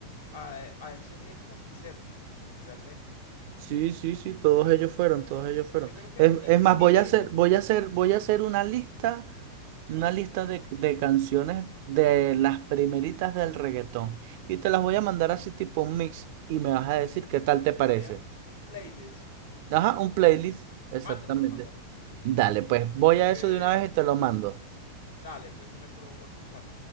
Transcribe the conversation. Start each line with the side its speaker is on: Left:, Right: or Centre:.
Left: a, a ese género a crecer, realmente.
Right: sí, sí, sí, todos ellos fueron, todos ellos fueron.
Left: Y yo creo que
Right: Es,
Left: el primero,
Right: es más, voy a hacer, voy a hacer, voy a hacer una lista, una lista de, de canciones de las primeritas del reggaetón. Y te las voy a mandar así tipo un mix y me vas a decir
Left: uff,
Right: qué tal te
Left: sería
Right: parece.
Left: un playlist.
Right: Ajá,
Left: Uff,
Right: un playlist, exactamente.
Left: mándamelo, mándamelo.
Right: Dale, pues voy a eso
Left: Que
Right: de una vez y te lo mando.
Left: dale, pues que me provocó a escuchar.